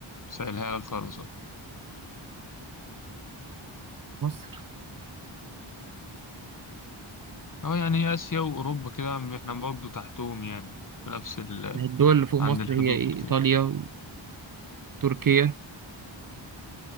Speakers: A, on the left; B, on the right.
A: سألها لك خالص اه
B: مصر
A: آه، يعني آسيا وأوروبا كده احنا برضه تحتهم يعني في نفس ال...
B: الدول اللي فوق
A: عند
B: مصر
A: الحدود
B: هي إيه؟
A: كده
B: ايطاليا وتركيا